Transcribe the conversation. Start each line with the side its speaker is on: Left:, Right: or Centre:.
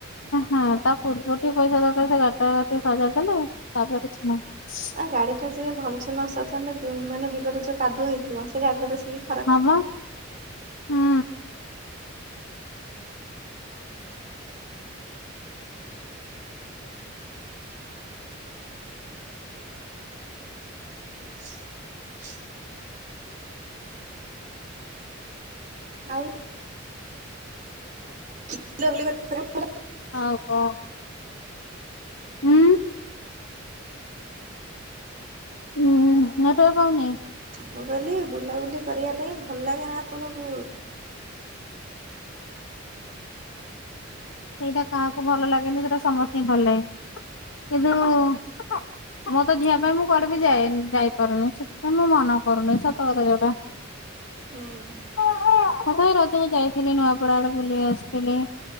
Left: ହଁ ତା ପୂର୍ବ ଟିକେ ପଇସା ଦରକାର ସେ ଗାଡିଟା ଟିକେ ସଜାଡି ଦେଲେ- - ତାପରେ କିଛି ନାହିଁ?
Right: ନା ଗାଡ଼ିଟା ସେ ଭଲସେ ନ ସଜାଡିଲେ ମାନେ ବିଲର ଯୋଉ କାଦୁଅ ହେଇଥିବ ସେ ଗାଡ଼ିଟା ବସିକି --
Left: ହଁ ବା ହୁଁ।
Right: <inaudible> ଆଉ। <unintelligible>
Left: ହଉ କଂ? ହୁଁ। ହୁଁ ହୁଁ ନେଟୱାର୍ ପାଉନି?
Right: ମୁଁ କହିଲି ବୁଲାବୁଲି କରି ଆ ପାଇଁ ଭଲ ଲାଗେ ନା ଆପଣଙ୍କୁ।
Left: ସେଇଟା କାହାକୁ ଭଲ ଲାଗେନି ସେଟା ସମସ୍ତେ ହିଁ ଭଲ ଲାଗେ କିନ୍ତୁ -- ଆ ମୋ ତ ଝିଅ ପାଇଁ ମୁଁ କୁଆଡେ ବି ଯ ଯାଇପାରୁନି ସେଥିପାଇଁ ମୁଁ ମନ କରୁନି ସତ କଥା ଯୋଉଟା।
Right: ହୁଁ।
Left: ମୁଁ ତଥାପି ରଜକୁ ଯାଇଥିଲି ନୂଆପଡା ଆଡେ ବୁଲି ଆସିଥିଲି।